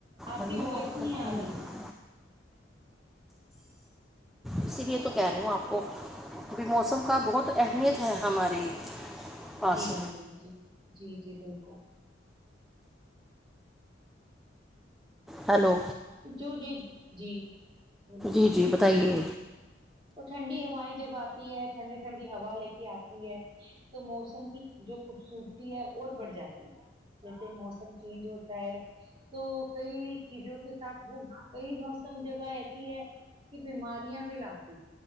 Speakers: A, on the right; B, in the centre.
A: آپ
B: گرمی
A: کی وائس
B: بہت
A: نہیں
B: لگتی
A: آ رہی
B: ہے اسی لیے تو کہہ رہی ہوں آپ کو موسم کا بہت اہمیت ہے ہمارے پاس
A: جیون میں جی جی جی بالکل
B: ہلو
A: جو یہ جی بولیے
B: جی جی بتائیے
A: تو ٹھنڈی ہوائیں جب آتی ہے ٹھنڈی ٹھنڈی ہوا لے کے آتی ہے تو موسم کی جو خوبصورتی ہے اور بڑھ جاتی ہے جیسے موسم چینج ہوتا ہے تو کئی چیزوں کے ساتھ وہ کئی موسم جگہ ایسی ہے کہ بیماریاں بھی لات